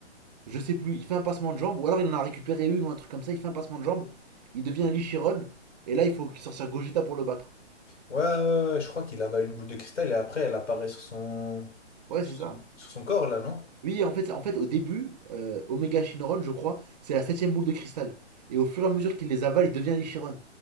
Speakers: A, on the right (about 35°); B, on the left (about 85°).
A: Je sais plus, il fait un passement de jambe. Ou alors, il en a récupéré une ou un truc comme ça. Il fait un passement de jambe. Il devient un Lichiron. Et là, il faut sortir Gogeta pour le battre.
B: Ouais, ouais, ouais, je crois qu'il avale une boule de cristal et après elle apparaît sur son,
A: Ouais,
B: sur
A: c'est ça.
B: son, sur son corps, là, non?
A: Oui, en fait, en fait, au début, euh, Omega Shinron, je crois, c'est la septième boule de cristal. Et au fur et à mesure qu'il les avale, il devient l'Ichiron.